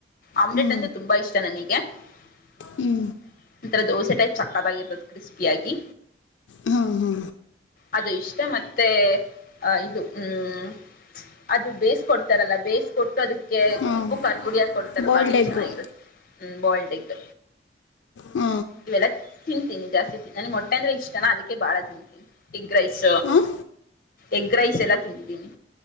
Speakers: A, on the left; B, on the left.
A: ಆಮ್ಲೆಟ್
B: ಹ್ಞೂ
A: ಅಂತೆ ತುಂಬಾ ಇಷ್ಟ ನನಗೆ <unintelligible>
B: ಹ್ಞೂ
A: ಈಥರ ದೋಸೆ ಟೈಪ್ ಸಕ್ಕಾದಾಗಿರ್ಬೋದು ಕ್ರಿಸ್ಪಿಯಾಗಿ
B: ಹಾ ಹಾ
A: ಅದು ಇಷ್ಟೇ ಮತ್ತೆ ಇದು ಹ್ಮ್ ಅದು ಬೇಯಿಸಕೊಡ್ತಾರಲ್ಲ ಬೇಯಿಸಿಕೊಟ್ಟು ಅದ
B: ಹಾಂ
A: ಉಪ್ಪು ಖಾರದಪುಡಿಯಕ ಕೊಡ್ತಾರಲ್ಲ
B: ಬಾಯ್ಲ್ಡ್
A: ಅದು
B: ಎಗ್ಗು
A: ಚೆನ್ನಾಗಿರುತ್ತೆ ಹ್ಮ ಬಾಯಲ್ಡ್ ಎಗ್
B: ಹ್ಮ
A: ಇವೆಲ್ಲ ತಿಂತೀನಿ ಜಾಸ್ತಿ ನನ್ಗ್ ಮೊಟ್ಟೆ ಅಂದ್ರೆ ಇಷ್ಟಾನ ಅದಕ್ಕೆ ಬಾಳ ತಿಂತೀನಿ ಹೆಗ್ ರೈಸ್
B: ಹಾಂ
A: ಎಗ್ ರೈಸ್ ಎಲ್ಲ ತಿಂತೀನಿ